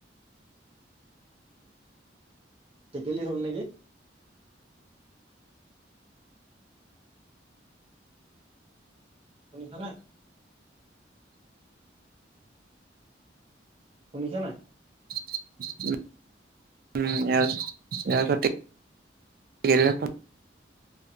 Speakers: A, on the right; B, on the right.
A: টেকেলি হ'ল নেকি? শুনিছা নে শুনিছা নাই
B: উ উম <unintelligible>